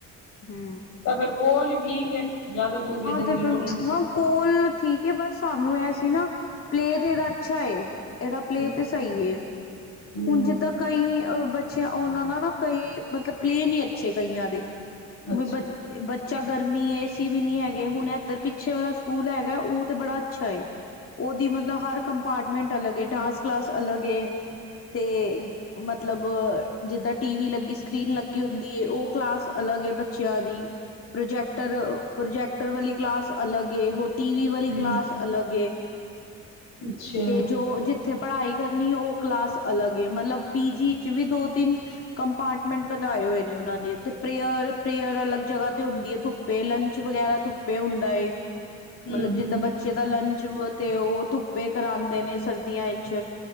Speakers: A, on the left (about 50°); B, on the left (about 85°).
A: ਹੂੰ।
B: ਤਾਂ ਫੇਰ ਕੋਲ ਈ ਠੀਕ ਹੈ, ਜ਼ਿਆਦਾ ਦੂਰ ਭੇਜਣ
A: ਤੇ
B: ਦੀ
A: ਫਿਰ
B: ਲੋੜ ਹੀ ਨਈ।
A: ਹਾਂ ਕੋਲ ਠੀਕ ਏ, ਪਰ ਸਾਨੂੰ ਐ ਸੀ ਨਾ, ਪਲੇ ਤੇ ਏਹਦਾ ਅੱਛਾ ਏ। ਏਹਦਾ
B: ਹੈ।
A: ਪਲੇ ਤੇ ਸਹੀ ਏ,
B: ਹੂੰ
A: ਹੁਣ ਜਿੱਦਾਂ ਕਈ ਅਹ ਬੱਚਿਆਂ, ਉਹਨਾਂ ਦਾ ਨਾ, ਕਈ ਮਤਲਬ ਪਲੇ ਨਹੀਂ ਅੱਛੇ ਕਈਆਂ ਦੇ।
B: ਅੱਛਾ
A: ਬੀ ਬ ਬੱਚਾ ਗਰਮੀ ਏ, ਏ ਸੀ ਵੀ ਨਈ ਹੈ ਗੇ, ਹੁਣ ਏਧਰ ਪਿੱਛੇ ਵਾਲਾ ਸਕੂਲ ਹੈਗਾ, ਉਹ ਤੇ ਬੜਾ ਅੱਛਾ ਏ। ਉਹਦੀ ਮਤਲਬ ਹ, ਰ ਕੰਪਾਰਟਮੈਂਟ ਅਲੱਗ, ਏ ਡਾਂਸ ਕਲਾਸ ਏ ਅਲੱਗ ਤੇ ਮਤਲਬ, ਜਿੱਦਾਂ ਟੀ ਵੀ ਲੱਗੀ ਸਕਰੀਨ ਲੱਗੀ ਹੁੰਦੀ, ਉਹ ਕਲਾਸ ਅਲੱਗ ਏ ਬੱਚਿਆਂ ਦੀ ਪ੍ਰੋਜੈਕਟਰ -ਪ੍ਰੋਜੈਕਟਰ ਵਾਲੀ ਕਲਾਸ, ਅਲੱਗ ਏ, ਟੀਵੀ, ਵਾਲੀ
B: ਹੂੰ
A: ਕਲਾਸ ਅਲੱਗ ਏ,
B: ਅੱਛਾ
A: ਜੋ ਜਿੱਥੇ ਉੱਥੇ ਪੜ੍ਹਾਈ ਕਰਨੀ, ਉਹ ਕਲਾਸ ਅਲੱਗ ਏ ਮਤਲਬ ਪੀ-ਜੀੀ ਚ ਵੀ ਦੋ ਤਿੰਨ ਕੰਪਾਰਟਮੈਂਟ ਬਣਾਏ ਹੋਏ ਨੇ, ਉਹਨਾਂ ਨੇ ਤੇ ਪ੍ਰੇਅਰ ਪ੍ਰੇਅਰ ਅਲੱਗ ਜਗ੍ਹਾ ਤੇ ਹੁੰਦੀ ਧੁੱਪ, ਵੇ ਧੁੱਪੇ ਲੰਚ ਵਗੈਰਾ, ਧੁੱਪੇ ਹੁੰਦਾ ਏ
B: ਹੂੰ
A: ਮਤਲਬ ਜਿੱਦਾਂ
B: ਹੂੰ
A: ਬੱਚੇ? ਬੱਚੇ ਦਾ ਲੰਚ ਤੇ, ਉਹ ਧੁੱਪੇ ਕਰਾਉਂਦੇ ਨੇ ਸਰਦੀਆਂ ਵਿੱਚ